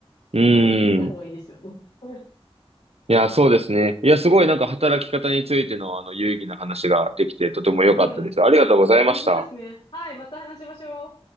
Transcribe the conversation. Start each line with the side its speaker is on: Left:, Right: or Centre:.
Right: うーん。
Left: みんな行ってみた方がいいですよね。<laughs>
Right: いや、そうですね。いや、すごいなんか働き方についてのあの有意義な話ができてとても良かったです。
Left: うん。
Right: ありがとうございました。
Left: 本当ですね。はい、また話しましょう。